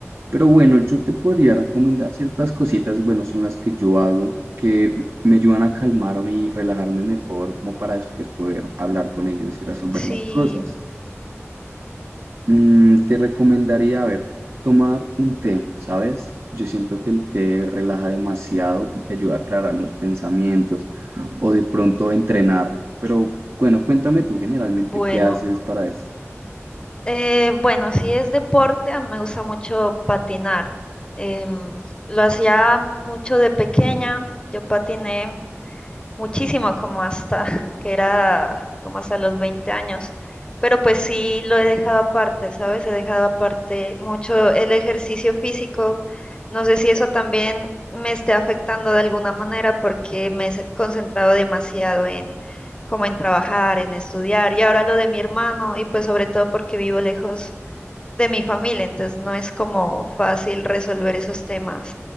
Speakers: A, on the right; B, on the left.
A: Pero bueno, yo te podría recomendar ciertas cositas, bueno, son las que yo hago, que me ayudan a calmarme y relajarme mejor, como para después poder hablar con ellos y resolver
B: Sí,
A: las cosas. Mm, te recomendaría, a ver, tomar un té, ¿sabes? Yo siento que el té relaja demasiado y te ayuda a aclarar los pensamientos o de pronto entrenar. Pero bueno, cuéntame tú generalmente
B: bueno.
A: qué haces para esto.
B: Eh, bueno, si es deporte, a mí me gusta mucho patinar. Em, lo hacía mucho de pequeña. Yo patiné muchísimo, como hasta <laughs> que era como hasta los 20 años. Pero pues sí lo he dejado aparte, ¿sabes? He dejado aparte mucho el ejercicio físico. No sé si eso también me esté afectando de alguna manera porque me he se- concentrado demasiado en como en trabajar, en estudiar y ahora lo de mi hermano y pues sobre todo porque vivo lejos de mi familia, entonces no es como fácil resolver esos temas